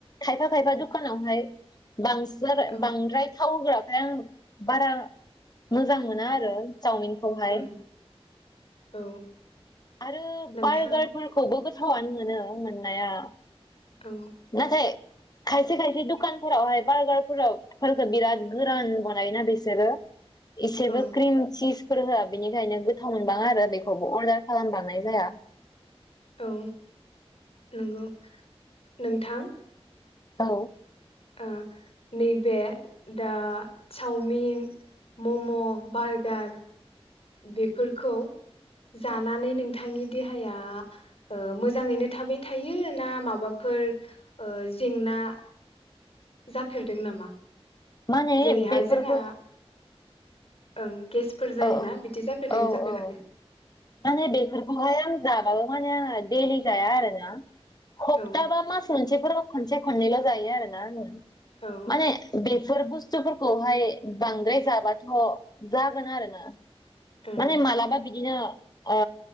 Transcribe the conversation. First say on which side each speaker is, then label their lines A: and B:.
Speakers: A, on the left; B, on the left.
A: खायफा खायफा दखानावहाय बां <unintelligible>
B: औ
A: बांद्राय थावहोग्रा ओमफ्राय आं बारा मोजां मोना आरो चावमिनखौहाय।
B: ओं औ।
A: आरो
B: नोंथां
A: बारगारफोरखौबो गोथा गोथावानो मोनो मोननाया।
B: औ
A: नाथाय खायसे खायसे दखानफोरावहाय बारगारफोराव फोरखो बिराद गोरान बनायोना बिसोरो इसेबो
B: औ
A: क्रिम चिज फोर होआ। बेनिखायनो गोथाव मोनबाङा आरो बेखौबो अर्डार खालामबांनाय जाया।
B: औ नोंगौ नोंथां
A: औ।
B: ओ नैबे दा चावमिन, मम, बारगार बेफोरखौ जानानै नोंथांनि देहाया ओ मोजाङैनो थाबाय थायो ना माबाफोर ओ जेंना जाफेरदों नामा?
A: माने
B: जेरैहाय
A: बेफोरखौ
B: जोंहा ओं गेस फोर जायोना
A: औ
B: बिदि जाफेरदोंना
A: औ
B: जाफेराखै?
A: औ माने बेफोरखौहाय आं जाबाबो माने आङो दैलि जाया आरोना खफथा
B: औ
A: बा मास मोनसेफोरल' खनसे खननैल' जायो आरोना आङो।
B: औ
A: माने बे फोर बुस्थुफोरखौहाय बांद्राय जाबाथ' जागोन आरोना
B: ओं
A: माने मालाबा बि दिनो ओ